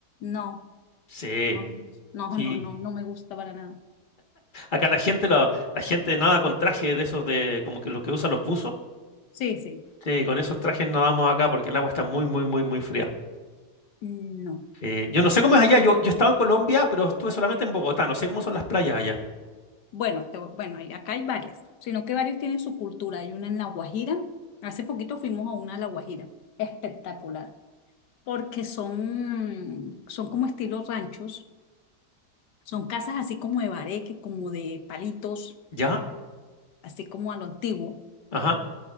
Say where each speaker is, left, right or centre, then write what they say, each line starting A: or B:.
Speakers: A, on the left; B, on the left.
A: No,
B: Sí,
A: no, no,
B: sí.
A: no, no, no me gusta para nada.
B: Acá la gente, la, la gente nada con trajes de esos de como que los que usan los buzos.
A: Sí, sí.
B: Sí, con esos trajes nadamos acá porque el agua está muy, muy, muy, muy fría.
A: No.
B: Eh, yo no sé cómo es allá, yo, yo estaba en Colombia, pero estuve solamente en Bogotá, no sé cómo son las playas allá.
A: Bueno, te- bueno, hay- acá hay varias, sino que varios tienen su cultura. Hay una en La Guajira. Hace poquito fuimos a una a La Guajira. Espectacular. Porque son, son como estilo ranchos. Son casas así como de bareque, como de palitos,
B: ¿Ya?
A: así como a lo antiguo.
B: Ajá,